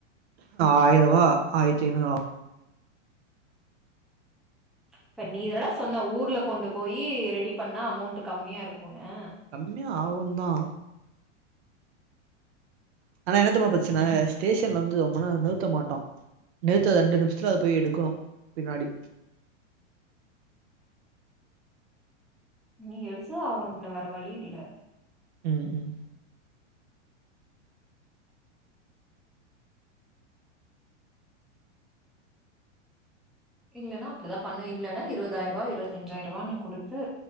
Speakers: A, on the right; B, in the centre.
A: ஆயிர ரூவா ஆயிரத்தி ஐநூறு ஆவு
B: இப்ப நீ தானடா சொன்ன ஊர்ல கொண்டு போயி ரெடி பண்ணா அமௌண்ட் கம்மியா இருக்குன்னு
A: கம்மியா ஆவும் தா ஆனா என்னத் தெரிமா பிரச்சன ஸ்டேஷன்ல வந்து ரொம்ப நேரோ நிறுத்த மாட்டா நிறுத்ற ரெண்டு நிமிஷத்துல அத போய் எடுக்கணு பின்னாடி
B: நீ எடுத்துதா ஆகணு பின்ன வேற வழி இல்ல
A: ம் ம்
B: இல்லனா அப்டிதா பண்ணு இல்லனா இருவதாயு ரூவா இருபத்தஞ்சாயி ரூவான்னு குடுத்து